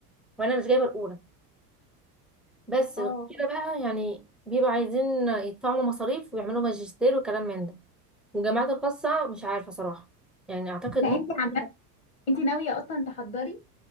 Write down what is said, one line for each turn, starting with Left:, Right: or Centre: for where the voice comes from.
Centre: وانا مش جايبه الاولى بس
Left: اه
Centre: غير كده بقى يعني بيبقوا عايزين يدفعوا مصاريف ويعملوا ماجستير وكلام من ده والجامعات الخاصة مش عارفة صراحة يعني أعتقد
Left: لا
Centre: ممكن
Left: إنتي عم إنتي ناوية أصلا تحضري